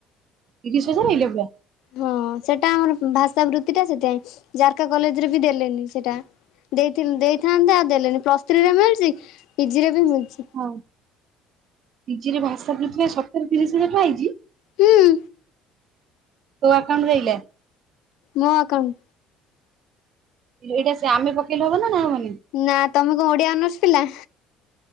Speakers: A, on the right; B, on the left.
A: ତିରିଶ ହଜା ନେଇ ଲେିବା <unintelligible>
B: ହଁ ସେଟା ଆମର ଭାଷା ବୃତ୍ତି ଟା ସେଥିାଇଁ ଜାରକା କଲେଜ ରେ ବି ଦେଲେନି ସେଟା। ଦେଇ ଦେଇଥାନ୍ତେ ଆଉ ଦେଲେନି ପ୍ଲସ୍ ଥ୍ରୀରେ ମିଳୁଛି ପିଜି ରେ ବି ମିଳି।
A: ହଉ ପିଜିରେ ଭାଷା ପୃଥ ସତର ତିରିଶ ଲେଖା ହେଇଛି।
B: ହୁଁ
A: ତୋ ଆକାଉଣ୍ଟ ଆଇଲା।
B: ମୋ ଆକାଉଣ୍ଟ୍।
A: ଏଇଟା ସେ ଆମେ ପକେଇଲେ ହବ ନା ହବନି।
B: ନା ତମେ କଣ ଓଡିଆ ଅନର୍ସ ପିଲା।